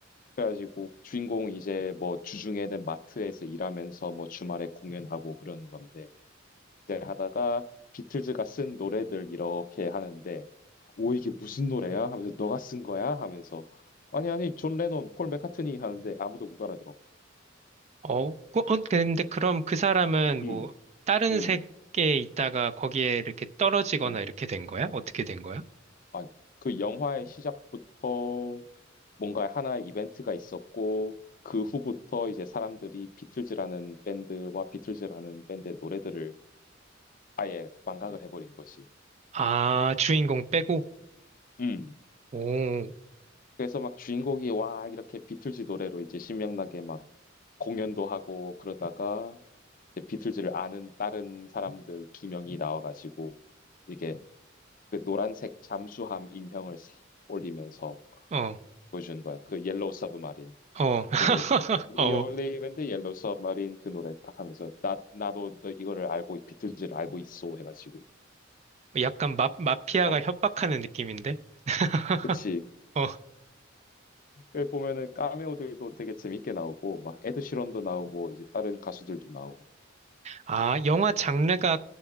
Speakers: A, on the left; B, on the right.
A: 그래가지고 주인공 이제 뭐 주중에는 마트에서 일하면서 뭐 주말에 공연하고 그러는 건데 이제 하다가 비틀즈가 쓴 노래들 이렇게 하는데 오 이게 무슨 노래야? 하면서 너가 쓴 거야? 하면서 아니 아니 존 레논, 폴 맥카트니 하는데 아무도 못 알아들어.
B: 어, 그- 어, 근데
A: 음,
B: 그럼 그 사람은
A: 음,
B: 뭐 다른
A: 음.
B: 세계에 있다가 거기에 이렇게 떨어지거나
A: 음.
B: 이렇게 된 거야? 어떻게 된 거야?
A: 아니 그 영화의 시작부터 뭔가 하나의 이벤트가 있었고 그 후부터 이제 사람들이 비틀즈라는 밴드와 비틀즈라는 밴드의 노래들을 아예 망각을 해버린 거지.
B: 아, 주인공 빼고?
A: 음.
B: 오,
A: 그래서 막 주인공이 와 이렇게 비틀즈 노래로 이제 신명나게 막 공연도 하고 그러다가 이제 비틀즈를 아는 다른 사람들 두 명이 나와가지고 이게 그 노란색 잠수함 인형을 싹 올리면서
B: 어,
A: 보여주는 거야. 그 옐로우 서브마린
B: 어, <laughs>
A: 그 노래 있잖아. We
B: 어,
A: only live in the yellow submarine 그 노래 딱 하면서 나 나도 너 이거를 알고 비틀즈를 알고 있어 해가지고
B: 약간 마, 마피아가
A: 어
B: 협박하는 느낌인데? <laughs>
A: 그치.
B: 어,
A: 그 보면은 카메오들도 되게 재밌게 나오고 막 에드 시런도 나오고 이제 다른 가수들도 나오고.
B: 아, 영화 장르가
A: 음,